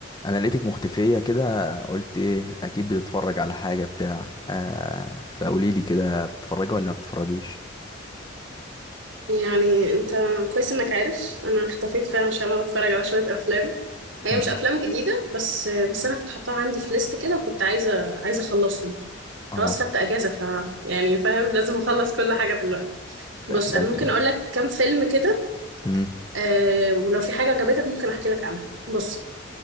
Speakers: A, on the left; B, on the right.
A: انا لقيتك مختفيه كده قلت ايه اكيد بتتفرج على حاجه بتاع آه فقولي لي كده بتتفرجي ولا ما بتتفرجيش
B: يعني انت كويس انك عارف انا اختفيت فعلا عشان انا بتفرج على شويه افلام هي
A: مم.
B: مش افلام جديده بس بس انا كنت حاطاها عندي في ليست كده وكنت عايزه عايزه اخلصهم
A: اه
B: خلاص خدت اجازه ف يعني فاهم لازم اخلص كل حاجه دلوقتي بص
A: افلام
B: انا ممكن اقول لك كام فيلم كده
A: امم
B: آه ولو في حاجه عجبتك ممكن احكي لك عنها بص